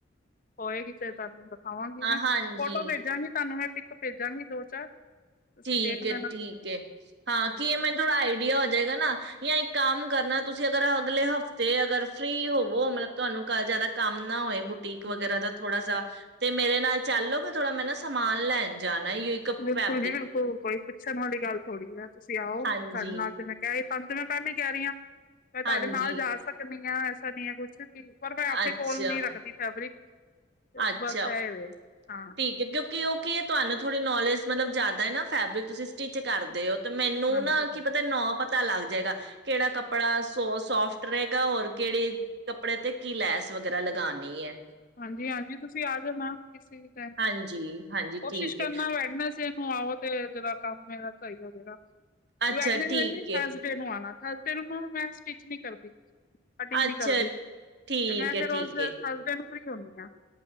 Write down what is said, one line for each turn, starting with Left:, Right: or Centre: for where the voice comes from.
Left: ਹੋਏਗੀ ਤੇ ਤੁਹਾਨੂੰ ਦਿਖਾਵਾਂਗੀ ਮੈਂ
Right: ਹਾਂਜੀ
Left: ਫੋਟੋ ਭੇਜਾਂਗੀ ਤੁਹਾਨੂੰ ਮੈਂ ਇੱਕ ਭੇਜਾਂਗੀ ਦੋ ਚਾਰ ਤੁਸੀਂ
Right: ਠੀਕ
Left: ਦੇਖ
Right: ਹੈ,
Left: ਲੈਣਾ
Right: ਠੀਕ ਹੈ, ਏ ਹਾਂ ਕੀ ਇਹ ਮੈਨੂੰ ਥੋੜਾ ਆਈਡੀਆ ਹੋ ਜਾਏਗਾ ਨਾ ਜਾਂ ਇੱਕ ਕੰਮ ਕਰਨਾ ਤੁਸੀਂ ਅਗਰ ਅਗਲੇ ਹਫ਼ਤੇ ਅਗਰ ਫ੍ਰਰੀ ਹੋਵੋ ਮਤਲਬ ਤੁਹਾਨੂੰ ਜਿਆਦਾ ਕੰਮ ਨਾ ਹੋਏ ਬੁਟੀਕ ਵਗੈਰਾ
Left: ਹੂੰ।
Right: ਦਾ ਥੋੜਾ ਤੇ ਮੇਰੇ ਨਾ ਚੱਲੋਗੇ ਥੋੜਾ ਮੈਂ ਨਾ ਸਮਾਨ ਲੈਣ ਜਾਣ <unintelligible> ਕੱਪੜਾ,
Left: ਬਿਲਕੁਲ ਬਿਲਕੁਲ ਕੋਈ ਪੁੱਛਣ ਵਾਲੀ ਗੱਲ ਥੋੜ੍ਹੀ ਹੈ। ਤੁਸੀਂ ਆਓ
Right: ਹਾਂਜੀ
Left: ਤੁਹਾਡੇ ਨਾਲ ਤੇ ਮੈਂ ਕਿਹਾ ਪੰਜ ਮ ਪਹਿਲੇ ਕਹਿ ਰਹੀ ਹਾਂ। ਮੈਂ ਤੁਹਾਡੇ
Right: ਹਾਂਜੀ
Left: ਨਾਲ ਜਾ ਸਕ ਹ ਐਸਾ ਨਹੀਂ ਹੈ ਕੁਛ, ਪਰ ਮੈਂ ਆਪਣੇ
Right: ਅੱਛਾ
Left: ਕੋਲ ਨੀ ਰੱਖਦੀ ਫੈਬਰਿਕ ਚ
Right: ਅੱਛਾ
Left: ਬਸ ਐ ਵੇ, ਹਾਂ
Right: ਠੀਕ ਕਿਉਂਕਿ ਉਹ ਕੀ ਤੁਹਾਨੂੰ ਥੋੜੀ ਨੌਲੇਜ ਮਤਲਬ ਜਿਆਦਾ ਨਾ ਫੈਬਰਿਕ ਤੁਸੀਂ ਸਟਿਚ ਕਰਦੇ ਹੋ, ਤੇ ਮੈਨੂੰ
Left: ਹਾਂਜੀ
Right: ਨਾ ਕੀ
Left: ਹਾਂ
Right: ਪਤਾ ਨੌ ਪਤਾ ਲੱਗਦਾ। ਗਾ ਕਿਹੜਾ ਕੱਪੜਾ ਸੋ ਸੋਫਟ ਰਹੇਗਾ, ਔਰ ਕਿਹੜੇ ਕੱਪੜੇ ਤੇ ਕੀ ਲੈਸ ਵਗੈਰਾ ਲਗਾਣੀ ਐ।
Left: ਹਾਂਜੀ-ਹਾਂਜੀ ਤੁਸੀਂ ਆ ਜਾਣਾ। ਕਿਸੀ ਤਰ੍ਹਾਂ
Right: ਹਾਂਜੀ ਹਾਂਜੀ
Left: ਕੋਸ਼ਿਸ਼
Right: ਠੀਕ
Left: ਕਰਨਾ
Right: ਹੈ
Left: ਬੈਠਣਾ, ਕਿਸੇ ਨੂੰ ਆਓ ਤੇ ਜਿਹੜਾ ਕੰਮ ਇਹਦਾ ਸਹੀ ਹੋਜੇਗਾ।
Right: ਅੱਛਾ
Left: ਵੈਡਨਸਡੇ
Right: ਠੀਕ
Left: ਨੀ ਥਰਸਡੇ
Right: ਹੈ
Left: ਨੂੰ ਆਣਾ, ਥਰਸਡੈ ਤੇਰੇ ਨੂੰ ਹੁਣ ਮੈਂ ਸਟਿਚ ਨੀ ਕਰਦੀ। ਕਟਿੰਗ ਨਹੀ
Right: ਅੱਛਾ
Left: ਕਰਦੀ
Right: ਠੀਕ
Left: ਤੇ ਮੈਂ
Right: ਹੈ
Left: ਫੇਰ
Right: ਠੀਕ
Left: ਉਸ
Right: ਹੈ
Left: ਥਰਸਡੇ ਨੂੰ ਫਰੀ ਹੁਨੀ ਆਂ।